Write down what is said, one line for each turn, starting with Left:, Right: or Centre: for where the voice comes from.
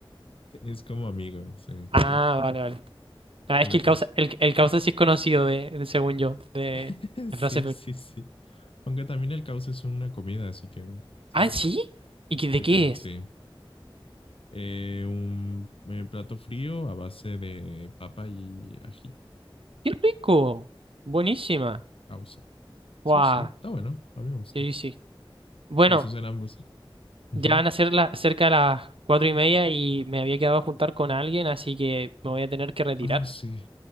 Left: Es como amigo. Sí,
Right: Ah,
Left: sí.
Right: vale, vale. Ah, es
Left: Habla
Right: que el
Left: causa.
Right: causa, el, el causa sí es conocido de, de- según yo, de,
Left: <laughs>
Right: de
Left: Sí,
Right: frases. fe-
Left: sí, sí. Aunque también el causa es una comida, así que, ¿sabes?
Right: Ah, ¿sí? ¿Y qué- de
Left: Depende,
Right: qué es?
Left: sí. eh, un eh, plato frío a base de papa y ají,
Right: ¡Qué rico! Buenísima.
Left: causa.
Right: ¡Guau!
Left: Sí, sí, está bueno, a mí me gusta.
Right: Sí, sí. Bueno,
Left: Pero esos eran ambos.
Right: ya
Left: Ujú.
Right: van a ser las cerca de las cuatro y media y me había quedado a juntar con alguien, así que me voy a tener que retirar.
Left: Ah, sí,